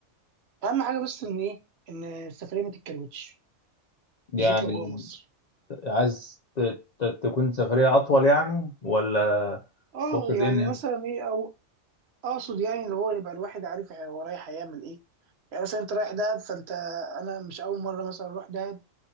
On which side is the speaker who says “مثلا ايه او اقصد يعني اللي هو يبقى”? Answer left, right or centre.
Right